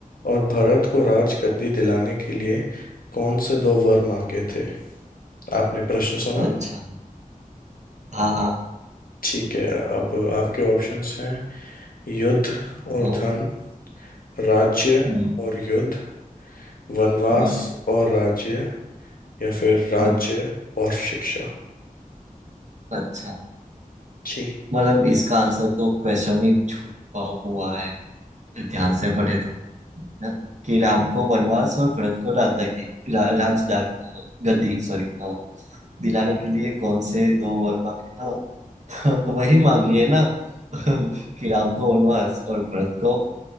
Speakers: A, on the left; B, on the right.
A: और भरत को राजगद्दी दिलाने के लिए कौन से दो वर मांगे थे आपने प्रश्न सुना
B: अच्छा हाँ हाँ
A: ठीक है अब आपके ऑप्शंस हैं युद्ध
B: हाँ,
A: और धन राज्य
B: हम्म
A: और युद्ध वनवास
B: हम्म,
A: और राज्य या फिर राज्य
B: हम्म,
A: और शिक्षा
B: अच्छा
A: जी
B: मतलब इसका आंसर तो क्वेश्चन में छुपा हुआ है ध्यान से पढ़े तो ना? कि राम को वनवास और भरत को राज की रा, राज गद्दी सॉरी हाँ दिलाने के लिए कौन से दो वर मांगे हाँ <laughs> वही मांग लिए ना <laughs> कि राम को वनवास और भरत को